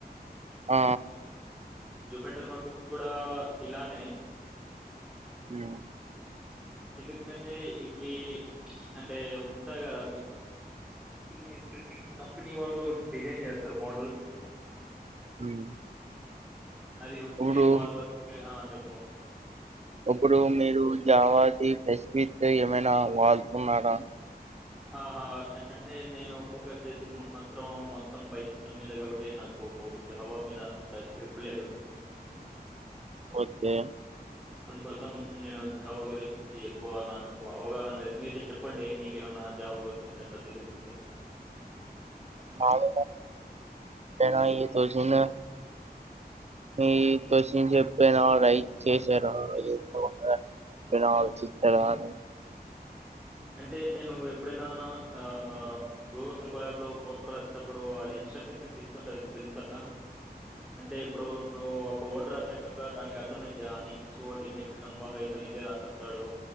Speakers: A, on the right; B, in the centre.
A: ఆ
B: జూపేటర్ నోట్బుక్ గూడా ఇలానే
A: ఆ
B: ఎందుకంటే ఇవి అంటే ఉంటాయి కదా కొన్ని స్పెసిఫిక్ కంపెనీ వాళ్ళు డిజైన్ జేస్తారు మోడల్స్
A: ఉమ్
B: అది ఉత్తి
A: ఇప్పుడు
B: వాల్వర్కే ఆ చెప్పం
A: ఇప్పుడు మీరు జావాతి ప్రెస్స్మిత్ ఏమైనా వాల్ ఉన్నారా
B: ఆహా అంటే నేను ఫోకస్ జేశింది మాత్రం మొత్తం పైసల మీదే కాబట్టి నాకు ఓ జావా మీద అంత గ్రిప్ లేదు
A: పోతే
B: అందుకోసం నేను జావ గురించి ఎక్కువ నాకు అవగాహన లేదు. మీర్ జెప్పండి మీకేమన్నా ఆ జావా గురించి అంతా <unintelligible>
A: కాగినై పిన్నాయి దోసెనా మీ కోషన్ జెప్పాను ఆ రైట్ చేశారు <unintelligible>
B: అంటే నువ్వు ఎప్పుడైనా ఆ గూగుల్ కోలాబ్ లో కోటర్ వచ్చేటప్పుడు అది ఇన్స్ట్రక్షన్ ఇస్తుంటది తెల్సా అంటే ఇప్పుడు నువు ఒక ఓటు రాసాక దానికి అర్థమైతే ఆ నెక్స్ట్ ఓటీపీ కన్ఫామ్ చేస్త్ నిదే రాస్తడు